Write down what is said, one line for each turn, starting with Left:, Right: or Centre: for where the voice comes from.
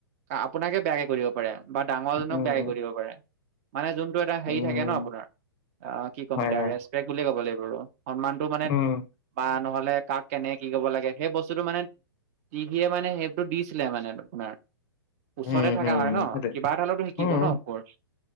Right: আপোনাকে বেয়াকে কৈ দিব পাৰে, বা ডাঙৰ জনক
Left: উম,
Right: বেয়াকে
Left: উম,
Right: কৈ দিব পাৰে। মানে যোনটো এটা হেৰি
Left: উম,
Right: থাকে ন' আপোনাৰ আ, কি ক'ম
Left: হয়,
Right: এতিয়া
Left: হয়।
Right: ৰেচপেক্ট বুলিয়ে ক'ব লাগিব, সন্মানটো মানে
Left: উম,
Right: বা নহ'লে কাক কেনে কি কব লাগে সেই বস্তুটো মানে। টিভিয়ে মানে সেইবটো দিছিলে মানে আপোনাৰ। ওচৰতে
Left: হুম,
Right: থকা
Left: হুম,
Right: হয় ন
Left: সেইটোৱে।
Right: কিবা এটা হলেতো শিকিব
Left: উম,
Right: ন ওপৰত।